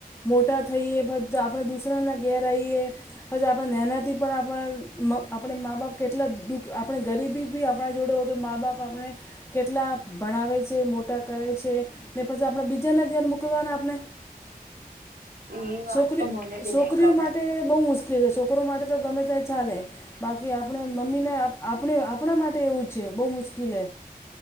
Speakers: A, on the left; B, on the right.
A: મોટા થઈએ પ આપણે દુસરા ઘેર આવીએ પછ, આપણે નેના થી આપ આપે મા બાપ કેટલા દુઃખ આપ આપણે ગરીબી ભી આપણા જોડે તો મા બાપ આપણે કેટલા ભણાવે છે, મોટા કરે છે ને પછી આપણે બીજાના ઘેર મોકલવાના આપણે
B: એ વાત
A: છોકરી
B: તો મને બી
A: છોકરીઓ
B: નહી ગમે
A: માટે બહુ મુશ્કેલ છે છોકરીઓ માટે તો ગમે તે ચાલે બાકી આપણે મમ્મીને આપણે આપણા માટે એવું છે બહુ મુશ્કેલ